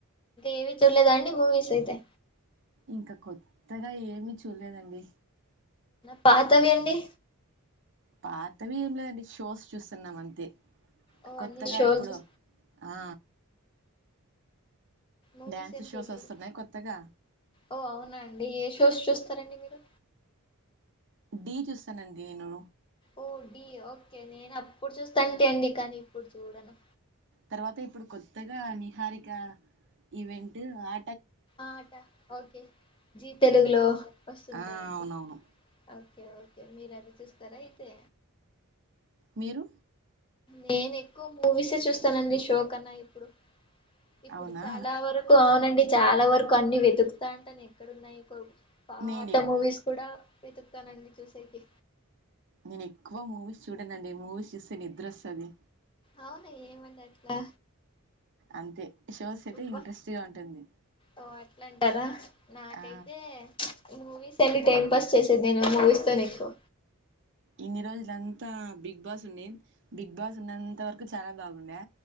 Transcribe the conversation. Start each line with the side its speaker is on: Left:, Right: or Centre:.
Left: ఏవీ చూడలేదా అండి మూవీస్ ఐతే
Right: ఇంకా కొత్తగా ఏమీ చూడలేదండి
Left: పాతవి అండి
Right: పాతవి ఏం లేదండి షోస్ చూస్తున్నాం అంతే
Left: ఓ
Right: కొత్తగా
Left: అన్ని షోలు
Right: ఇప్పుడు
Left: చూ
Right: ఆ
Left: మూవీస్
Right: డ్యాన్స్
Left: ఏం
Right: షోస్
Left: చూడలేదు
Right: వస్తున్నాయి కొత్తగా
Left: ఓ అవునా అండి ఏ షోస్ చూస్తారండి మీరు
Right: ఢీ చూస్తానండి నేను
Left: ఓ ఢీ ఓకే నేను అప్పుడు చూస్తా అంటే అండి కానీ ఇప్పుడు చూడను
Right: తర్వాత ఇప్పుడు కొత్తగా నిహారిక ఈవెంట్ ఆ
Left: ఆట ఓకే జీ తెలుగులో వస్తుంది
Right: ఆ
Left: కదాఅండి
Right: అవునవును
Left: ఓకె ఓకే మీరది చూస్తారా అయితే
Right: మీరు
Left: నేను ఎక్కువ మూవీసే చూస్తానండి షో కన్నా ఎక్కువ ఇప్పుడు
Right: అవునా
Left: చాలా వరకు అవునండి చాలా వరకు అన్ని వెతుకుతాంటాను ఎక్కడ ఉన్నాయి ఏమో పాత
Right: నేను ఎక్-
Left: మూవీస్ కూడా వెతుకుతానండి చూసేకి
Right: నేను ఎక్కువ మూవీస్ చూడనండి మూవీస్ చూస్తే నిద్ర వస్సాది
Left: అవునా ఏమండి అట్లా
Right: అంతే షోస్ అయితే
Left: అబ్బా
Right: ఇంట్రెస్ట్ గా ఉంటుంది
Left: ఓ అట్ల అంటారా నాకైతే
Right: ఆ,
Left: ప్చ్ మూవీస్ అన్ని టైం పాస్ చేసేది నేను మూవీస్ తోనే ఎక్కువ
Right: ఇన్ని రోజులంతా బిగ్ బాస్ ఉండి బిగ్ బాస్ ఉన్నంత వరకు చాలా బాగుండే